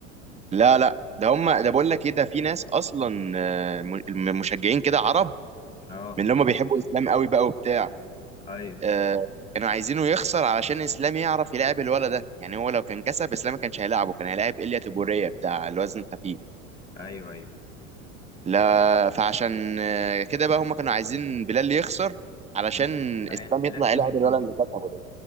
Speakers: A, on the right; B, on the left.
A: لا لا ده هم ده بقول لك ايه ده في ناس اصلا آه، م- مشجعين كده عرب
B: اه
A: من اللي هم بيحبوا الاسلام قوي بقى وبتاع
B: ايوه
A: آه، كانوا عايزينه يخسر علشان اسلام يعرف يلعب الولد ده يعني هو لو كان كسب اسلام ما كانش هيلاعبه كان هيلاعب ايليا تيبوريا بتاع الوزن الخفيف
B: ايوه ايوه
A: لا فعشان آه، كده بقى هم كانوا عايزين بلال يخسر علشان
B: ليه يا جدعان
A: اسلام
B: بلال
A: يطلع
B: جامد
A: يلعب الولد
B: قوي
A: اللي كسبه ده